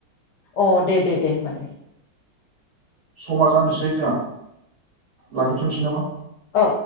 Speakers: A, on the left; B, on the right.
A: अ दे दे दे होमबालाय
B: समा जानोसै जोंहा लाखिथ'नोसै नामा
A: अ